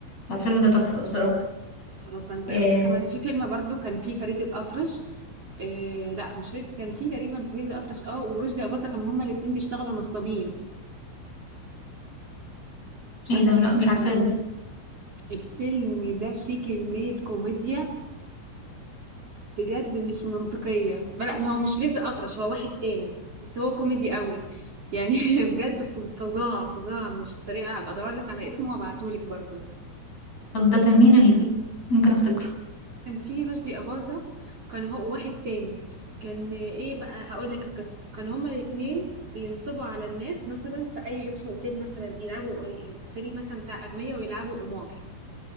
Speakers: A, on the left (about 30°); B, on the right (about 30°).
A: فالفيلم ده تحفة بصراحة
B: خلاص انا
A: آه
B: وده كمان في فيلم برضو كان فيه فريد الأطرش إيه لا مش فريد كان فيه تقريبا فريد الأطرش اه ورشدي أباظة كانوا هما الاتنين بيشتغلوا نصابين مش
A: ايه
B: عارفة
A: ده
B: تعرفيه
A: لا مش عارفاه
B: ولا لا
A: ده
B: الفيلم ده فيه كمية كوميديا بجد مش منطقية لا ما هو مش فريد الأطرش هو واحد تاني بس هو كوميدي قوي يعني <laughs> بجد فظ- فظاع فظاع مش بطريقة هبقى ادور لك على اسمه وابعتهولك برضو
A: طب ده كان مين اللي فيه ممكن افتكره
B: كان في رشدي أباظة كان هو واحد تاني كان ايه بقى هقولك القصة كان هما الاتنين بينصبوا على الناس مثلا في أي يروحوا أوتيل مثلا يلعبوا أوتيل مثلا بتاع أغنياء ويلعبوا قمار